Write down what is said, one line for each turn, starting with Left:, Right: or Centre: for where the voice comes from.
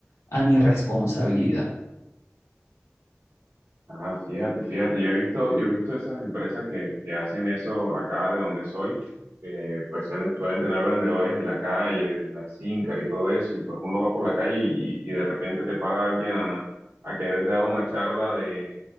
Left: a mi responsabilidad.
Right: Ah, fíjate, fíjate, yo he visto, yo he visto esas empresas que, que hacen eso acá de donde soy, eh, pues suelen, suelen tener vendedores en la calle, en la Sincar y todo eso, y pues uno va por la calle y, y de repente te para alguien a, a querer dar una charla de,